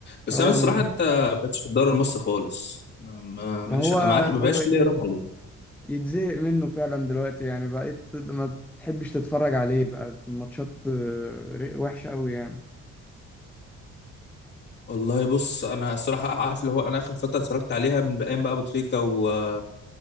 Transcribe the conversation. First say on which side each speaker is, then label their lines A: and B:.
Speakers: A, on the left; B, in the centre.
A: بس
B: اه
A: انا الصراحه
B: م-
A: انت ما بقتش في الدوري المصري خالص ما- ما-
B: ما
A: ماليش
B: هو
A: ما عادش- ما بقاش
B: هو
A: ليه روح عليه
B: يتزهق منه فعلا دلوقتي يعني بقيت ما بتحبش تتفرج عليه بقى الماتشات آه، ر- وحشة قوي يعني
A: والله بص انا الصراحه عارف اللي هو انا اخر فتره اتفرجت عليها من ايام بقى ابو تريكه وحسام